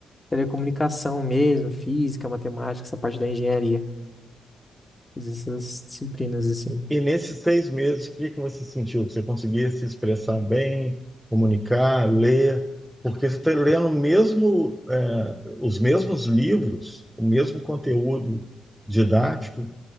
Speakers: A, on the left; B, in the centre.
A: telecomunicação mesmo, física, matemática, essa parte da engenharia. Fiz essas disciplinas assim.
B: E nesses seis meses, o que que você sentiu? Que você conseguia se expressar bem, comunicar, ler? Porque você está lendo mesmo, é, os mesmos livros, o mesmo conteúdo didático